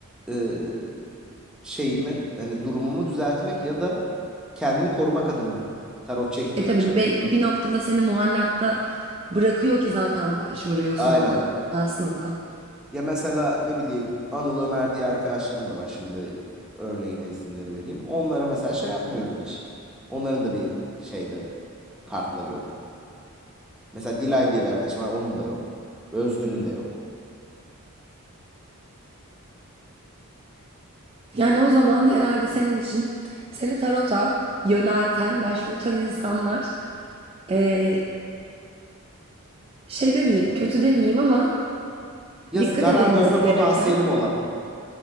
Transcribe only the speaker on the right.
E tabii
be- bir noktada seni muallakta bırakıyor ki zaten başvuruyorsun
ona aslında.
Yani o zaman herhalde senin için seni tarota yönelten, başvurtan insanlar e, şey demeyeyim, kötü demeyeyim ama
dikkat
edilmesi
gereken,